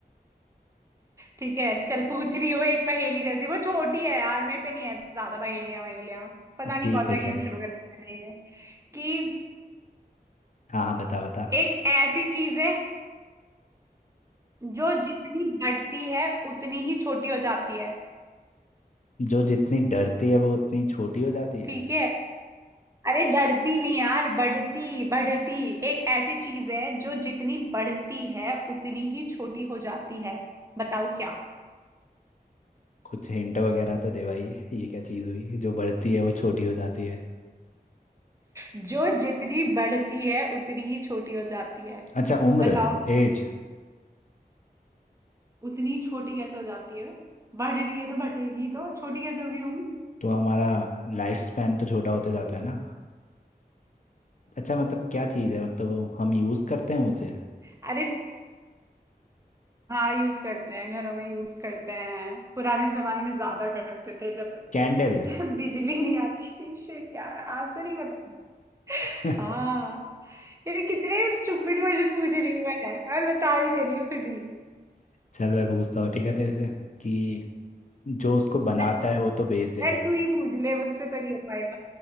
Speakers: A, on the right; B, on the left.
A: ठीक है चल पूछ रही हो एक पहेली जैसी वो छोटी है यार मेरे पे नहीं है ज्यादा पहेलियां वहेलियां पता नहीं
B: ठीक
A: कौन सा
B: है
A: गेम
B: चल
A: शुरू कर दिया मैंने ये कि
B: हाँ हाँ बता बता
A: एक ऐसी चीज है जो जितनी बढ़ती है उतनी ही छोटी हो जाती है
B: जो जितनी डरती है वो उतनी छोटी हो जाती है
A: ठीक है अरे डरती नहीं यार बढ़ती बढ़ती एक ऐसी चीज है जो जितनी बढ़ती है उतनी ही छोटी हो जाती है बताओ क्या
B: कुछ हिंट वगैरह तो दे भाई ये क्या चीज़ हुई जो बढ़ती है वो छोटी हो जाती है
A: जो जितनी बढ़ती है उतनी ही छोटी हो जाती है
B: अच्छा उम्र
A: बताओ
B: एज
A: उतनी छोटी कैसे हो जाती है बढ़ रही है तो बढ़ेगी तो छोटी कैसे होगी उम
B: तो हमारा लाइफ स्पैन तो छोटा होते जाता है ना अच्छा मतलब क्या चीज़ है मतलब वो हम यूज़ करते हैं उसे
A: अरे हाँ यूज करते हैं घरों में यूज करते हैं पुराने जमाने में ज्यादा करते थे जब
B: कैंडल
A: <laughs> बिजली नहीं आती थी शिट यार आंसर ही बता
B: <laughs>
A: हाँ ये कितने स्टूपिड क्वेश्चन पूछ रही हूँ मैं और बता भी दे रही हूँ खुद ही
B: चल मैं पूछता हूँ ठीक है तेरे से कि जो उसको बनाता
A: डर
B: है वो तो बेच देता
A: डर
B: है
A: तू ही पूछ ले मुझसे तो नहीं हो पाएगा